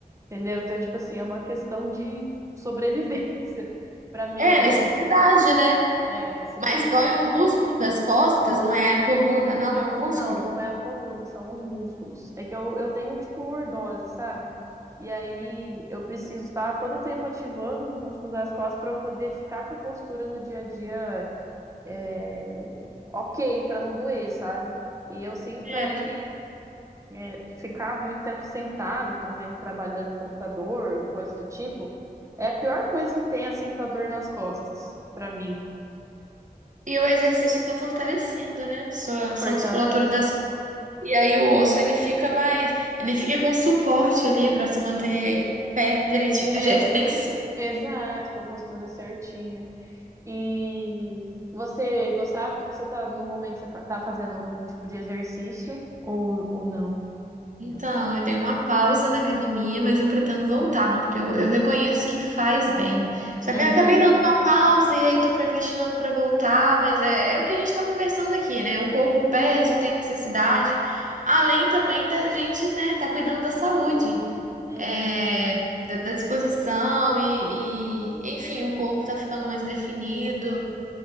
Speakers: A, on the right; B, on the right.
A: entendeu? Então, tipo assim, é uma questão de sobrevivência <laughs> pra mim
B: É
A: mesmo.
B: necessidade, né?
A: É, necessidade.
B: Mas dói o músculo das costas, não é a coluna, não, é o músculo.
A: Não, não é a coluna, são os músculos. É que eu, eu tenho, tipo, lordose, sabe? E aí eu preciso estar todo tempo ativando os músculos das costas para eu poder ficar com a postura no dia a dia é, ok, para não doer, sabe? E eu sinto
B: É,
A: também
B: porque...
A: que é, ficar muito tempo sentada, por exemplo, trabalhando no computador, coisa do tipo, é a pior coisa que tem, assim, pra dor nas costas, pra mim.
B: E o exercício está fortalecendo, né? Sua, sua
A: Fortalece.
B: musculatura das E aí o osso, ele fica mais... Ele fica com suporte ali para se manter pé direitinho,
A: É,
B: do jeito que tem que
A: exato, com a postura certinha. E você gostava? Você tá no momento você fa- tá fazendo algum tipo de exercício ou, ou não?
B: Então, eu dei uma pausa na academia, mas eu pretendo voltar, porque eu, eu reconheço que faz bem. Só
A: Uhum,
B: que eu acabei dando uma pausa e aí tô procrastinando pra voltar, mas é, é o que a gente tá conversando aqui, né? O corpo pede, tem necessidade, além também da gente, né, tá cuidando da saúde,
A: uhum.
B: é, da, da disposição e, e, enfim, o corpo tá ficando mais definido.